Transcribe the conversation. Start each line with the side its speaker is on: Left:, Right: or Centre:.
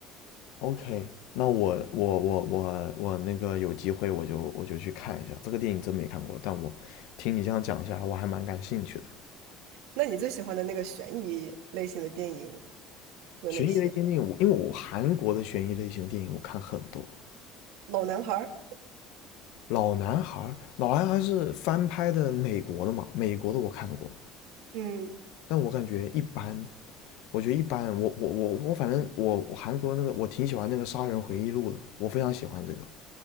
Left: ，OK，那我我我我我那个有机会我就我就去看一下这个电影，真没看过，但我听你这样讲一下，我还蛮感兴趣的。
Right: 那你最喜欢的那个悬疑类型的电影有哪些？
Left: 悬疑类型电影，我因为我韩国的悬疑类型的电影我看很多，
Right: 老男孩儿，
Left: 《老男孩》《老男孩》是翻拍的美国的嘛，美国的我看过，
Right: 嗯，
Left: 但我感觉一般，我觉得一般。我我我我反正我我韩国那个我挺喜欢那个《杀人回忆录》的，我非常喜欢这个。